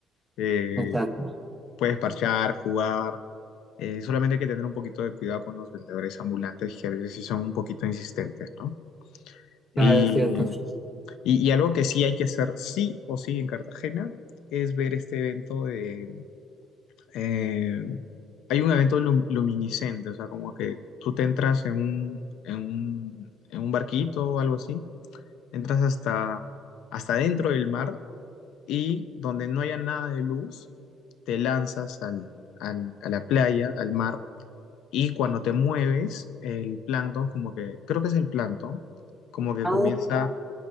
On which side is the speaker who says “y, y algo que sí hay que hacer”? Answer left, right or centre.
Left